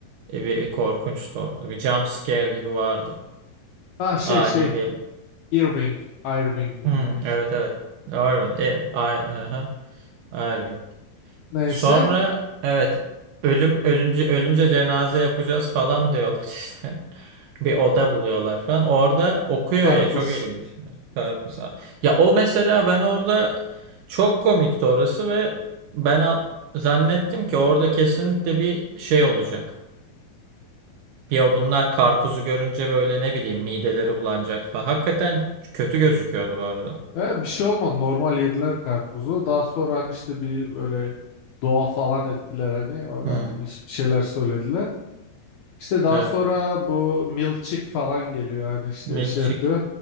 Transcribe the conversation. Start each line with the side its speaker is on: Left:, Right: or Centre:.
Right: e, bir korkunçtu orada bir jump scare gibi vardı
Left: Ha şey
Right: ani
Left: şey
Right: bir
Left: Irving, Irving mi
Right: Hmm,
Left: ne işte.
Right: evet evet. Irwin. E, I, hı hı. Irving.
Left: Neyse
Right: Sonra evet ölüm ölünce ölünce cenaze yapacağız falan diyorlar <laughs> işte. Bir oda buluyorlar falan. Orada okuyor
Left: karpuz.
Right: ya çok ilginç. Karpuz. Ya o mesela ben orada çok komikti orası ve ben a- zannettim ki orada kesinlikle bir şey olacak. Ya bunlar karpuzu görünce böyle ne bileyim mideleri bulanacak falan. Hakikaten kötü gözüküyordu bu arada.
Left: Ya bir şey olmadı. Normal yediler karpuzu. Daha sonra hani işte bir böyle dua falan ettiler hani. Oradan
Right: Hmm,
Left: bir bir şeyler söylediler. İşte daha
Right: evet.
Left: sonra bu milkshake falan geliyor hani işte
Right: Milçik,
Left: şey yapıyor.